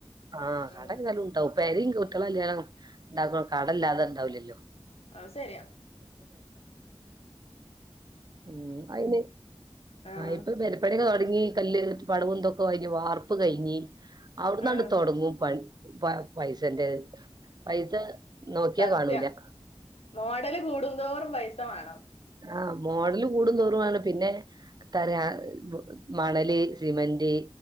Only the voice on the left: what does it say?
ഉം
അത് ശെരിയാ
ആഹ്
ഉം
സത്യം
മോഡല് കൂടുന്തോറും പൈസാ വേണം